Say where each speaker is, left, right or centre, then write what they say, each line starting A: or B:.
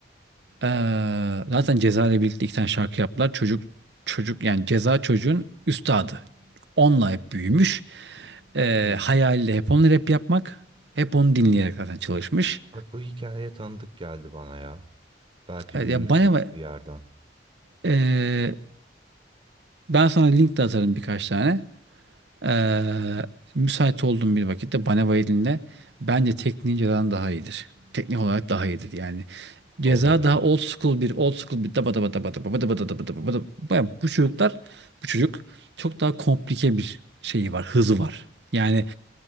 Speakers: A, on the right; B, on the right.
A: Ee, zaten Ceza ile birlikte iki tane şarkı yaptılar. Çocuk çocuk yani Ceza çocuğun üstadı. Onunla hep büyümüş. Ee,
B: Hmm.
A: hayali de hep onunla rap yapmak. Hep onu dinleyerek zaten çalışmış.
B: Bak bu hikaye tanıdık geldi bana ya. Belki
A: Evet,
B: duymuşumdur
A: ya Baneva
B: bir yerden.
A: e, ben sana link de atarım birkaç tane. Ee, müsait olduğum bir vakitte bana violinle bence tekniğin cezadan daha iyidir. Teknik olarak daha iyidir yani. Ceza
B: Olabilir.
A: daha old school bir old school bir daba daba daba daba daba daba daba daba daba. Baya Bu çocuklar bu çocuk çok daha komplike bir şeyi var hızı var. Yani